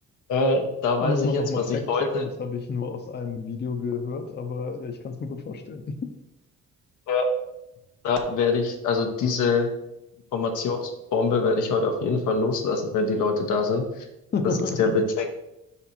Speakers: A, on the left; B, on the left.
A: Äh, da
B: Muss
A: weiß ich
B: man
A: jetzt,
B: nochmal
A: was
B: fact-checken,
A: ich heute
B: das habe ich nur aus einem Video gehört, aber äh, ich kann es mir gut vorstellen.
A: äh, werde ich, also diese Informationsbombe werde ich heute auf jeden Fall loslassen, wenn die Leute da sind.
B: <laughs>
A: Das ist ja witzig.
B: Bitte